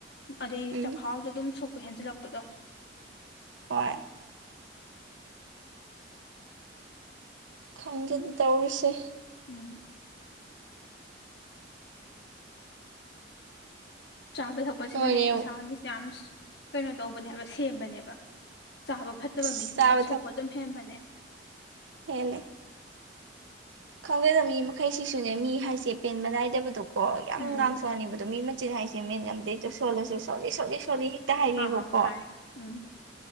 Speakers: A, on the left; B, on the right.
A: ꯑꯗꯩꯗꯤ
B: ꯎꯝ
A: ꯆꯈꯥꯎꯗꯣ ꯑꯗꯨꯝ ꯁꯣꯛꯄ ꯍꯦꯟꯖꯜꯂꯛꯄꯗꯣ
B: ꯍꯣꯏ ꯈꯪꯗꯦꯗ ꯇꯧꯔꯤꯁꯦ
A: ꯎꯝ ꯆꯥꯕ ꯊꯛꯄꯁꯤꯅꯅꯦ
B: ꯂꯣꯏꯔꯦ
A: ꯏꯁꯥꯒꯤꯁꯦ ꯌꯥꯝ ꯀꯩꯅꯣ ꯇꯧꯕꯅꯦꯕ ꯁꯦꯝꯕꯅꯦꯕ ꯆꯥꯕ ꯐꯠꯇꯕ
B: ꯆꯥꯕ
A: ꯃꯤꯁꯤꯅꯦ ꯁꯣꯛꯄ ꯑꯗꯨꯝ ꯍꯦꯟꯕꯅꯦ
B: ꯑꯦꯦꯜꯂ ꯈꯪꯒꯦꯗ ꯃꯤ ꯃꯈꯩ ꯁꯤꯁꯨꯅꯦ ꯃꯤ ꯍꯥꯏꯁꯦ ꯄꯦꯟꯕ ꯅꯥꯏꯗꯕꯗꯣꯀꯣ ꯌꯥꯝ
A: ꯎꯝ
B: ꯉꯥꯡ ꯁꯣꯛꯅꯤꯕꯗꯣ ꯃꯤ ꯁꯤꯤ ꯍꯥꯏꯁꯦ ꯃꯤ ꯉꯝꯗꯦꯗ ꯁꯣꯜꯂꯁꯨ ꯁꯣꯠꯜꯂꯤ ꯁꯣꯠꯜꯂꯤ ꯁꯣꯜꯂꯤ ꯍꯦꯛꯇ ꯍꯥꯏꯕꯤꯕꯀꯣ
A: ꯑꯥ ꯍꯥꯏ ꯎꯝ